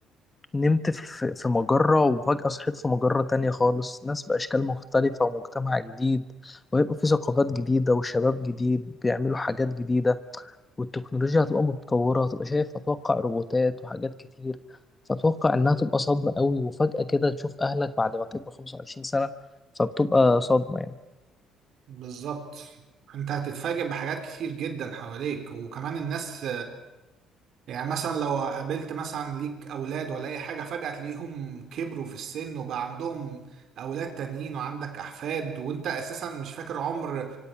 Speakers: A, on the left (about 20°); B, on the right (about 65°).
A: نمت في في مجرة وفجأة صحيت في مجرة تانية خالص ناس بأشكال مختلفة ومجتمع جديد وهيبقى في ثقافات جديدة وشباب جديد بيعملوا حاجات جديدة والتكنولوجيا هتبقى متطورة هتبقى شايف أتوقع روبوتات وحاجات كتير فأتوقع إنها تبقى صدمة قوي وفجأة كده تشوف أهلك بعد ما تبقى 25 سنة فبتبقى صدمة يعني
B: بالظبط انت هتتفاجئ بحاجات كتير جدا حواليك وكمان الناس يعني مثلا لو قابلت مثلا ليك اولاد ولا اي حاجه فجاه تلاقيهم كبروا في السن وبقى عندهم اولاد تانيين وعندك احفاد وانت اساسا مش فاكر عمر